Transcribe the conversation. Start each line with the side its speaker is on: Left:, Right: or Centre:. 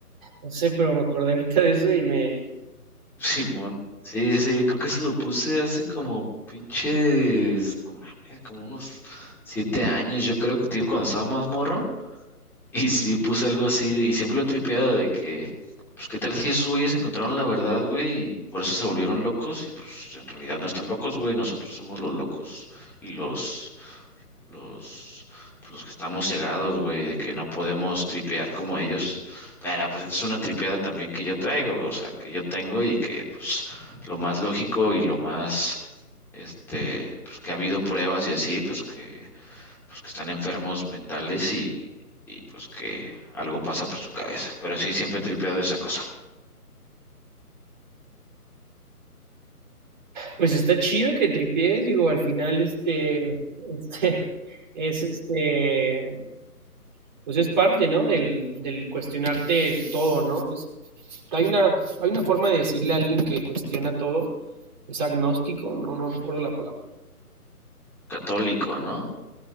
Right: no sé, pero me acordé ahorita de eso y me,
Centre: <laughs> Simón. Sí, sí, sí, creo que eso lo puse hace como pinches. No mames, como unos siete años. Yo creo que, te digo, cuando estaba más morro. Y sí, puse algo así, y siempre lo he tripeado de que, pues, ¿qué tal si esos güeyes encontraron la verdad, güey? Y por eso se volvieron locos, y pues en realidad no están locos, güey, nosotros somos los locos y los, los, pues, los que estamos cegados, güey, de que no podemos tripear como ellos. Pero pues es una tripeada también que yo traigo, o sea, que yo tengo y que pues lo más lógico y lo más, este, pues que ha habido pruebas y así, pues que pues que están enfermos mentales y, y pues que algo pasa por su cabeza. Pero sí, siempre he tripeado esa cosa.
Right: pues está chido que tripies, digo, al final este, este, <laughs> es este, pues es parte, ¿no? Del, del cuestionarte el todo, ¿no? Es, hay una, hay una forma de decirle a alguien que cuestiona todo, es agnóstico, no, no recuerdo la palabra,
Centre: Católico, ¿no?